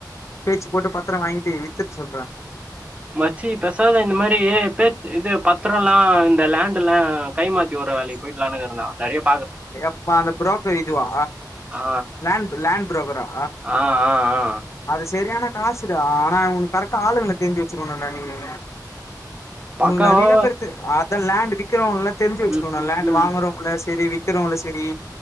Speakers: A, on the left; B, on the right.
A: பேச்சு போட்டு பத்தரோ வாங்கிட்டு வித்துட்டு சொல்றே
B: மச்சி பெசாத இந்த மாரி பேச் இது பத்தரோலா இந்த லேண்ட்லா கைமாத்தி உடுற வேலைக்கு போயிட்லான்னு இருக்குற நா நறையப்
A: எப்பா அந்த புரோக்கர் இதுவா
B: ஆ
A: லேண்ட் லேண்ட் புரோக்கரா
B: ஆ ஆ ஆ
A: அது செரியான காசுடா ஆனா உனக் கரெக்டா ஆளுங்கள தெரிஞ்சு வச்சுக்கணுண்டா நீயி உனக்கு
B: பக்காவா
A: நறைய பேரு தெரு அதா லேண்ட் விக் விக்கிறாங்கல்லா தெரிஞ்சு வச்சுக்கணு
B: ம் ம்
A: லேண்ட்
B: ம்.
A: வாங்குறவங்களு சரி விக்கிறவங்களு சரி